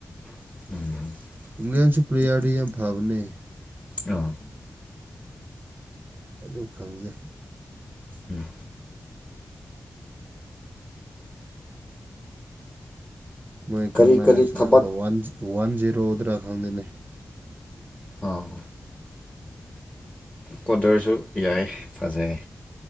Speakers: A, on the left (about 20°); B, on the right (about 30°).
A: <inaudible>
B: ꯏꯪꯂꯦꯟꯁꯨ ꯄ꯭ꯔꯦꯌꯔꯗꯤ ꯌꯥꯝ ꯐꯕꯅꯦ
A: ꯑꯥ
B: ꯑꯗꯨ ꯈꯪꯗꯦ
A: ꯎꯝ
B: ꯃꯣꯏ ꯀꯔꯝꯃꯥꯏꯅ
A: ꯀꯔꯤ ꯀꯔꯤ
B: ꯁꯤꯅꯕ꯭ꯔ
A: ꯊꯕꯛ
B: ꯋꯥꯟ ꯋꯥꯟ ꯖꯤꯔꯣꯗ꯭ꯔ ꯈꯪꯗꯦꯅꯦ
A: ꯑꯥ ꯀ꯭ꯋꯥꯗꯔꯁꯨ ꯌꯥꯏ ꯐꯖꯩ